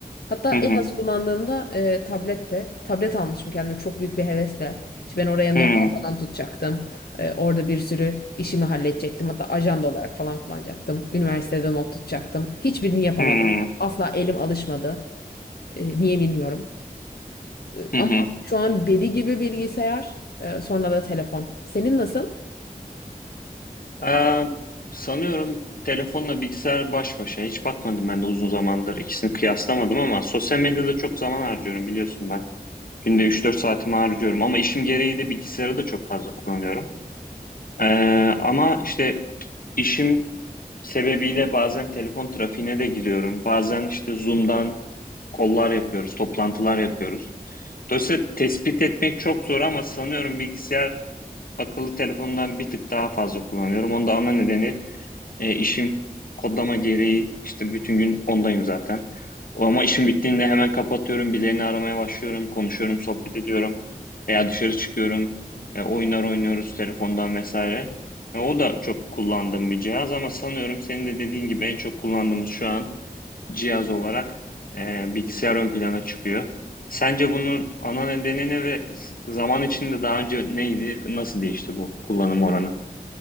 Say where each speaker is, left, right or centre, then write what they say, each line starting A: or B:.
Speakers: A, on the left; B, on the left.
A: Hatta
B: Hı hı,
A: en az kullandığımda e, tablette. Tablet almışım kendime çok büyük bir hevesle. İşte ben oraya notlar
B: hı
A: falan tutacaktım. E, orada bir sürü işimi halledecektim. Hatta ajanda olarak falan kullanacaktım. Üniversitede not tutacaktım. Hiçbirini yapamadım.
B: hı,
A: Asla elim alışmadı. E, niye bilmiyorum. E,
B: hı
A: ama
B: hı.
A: şu an deli gibi bilgisayar, e, sonra da telefon. Senin nasıl?
B: Aa, sanıyorum telefonla bilgisayar baş başa. Hiç bakmadım ben de uzun zamandır. İkisini kıyaslamadım ama sosyal medyada çok zaman harcıyorum biliyorsun ben. Günde 3-4 saatimi harcıyorum ama işim gereği de bilgisayarı da çok fazla kullanıyorum. Ee, ama işte işim sebebiyle bazen telefon trafiğine de giriyorum. Bazen işte Zoom'dan kollar yapıyoruz, toplantılar yapıyoruz. Dolayısıyla tespit etmek çok zor ama sanıyorum bilgisayar akıllı telefonundan bir tık daha fazla kullanıyorum. Onun da ana nedeni e, işim kodlama gereği işte bütün gün ondayım zaten. Ama işim bittiğinde hemen kapatıyorum, birilerini aramaya başlıyorum, konuşuyorum, sohbet ediyorum veya dışarı çıkıyorum, e, oyunlar oynuyoruz telefondan vesaire. E, o da çok kullandığım bir cihaz ama sanıyorum senin de dediğin gibi en çok kullandığımız şu an cihaz olarak e, bilgisayar ön plana çıkıyor. Sence bunun ana nedeni ne ve zaman içinde daha önce neydi, nasıl değişti bu kullanım oranı?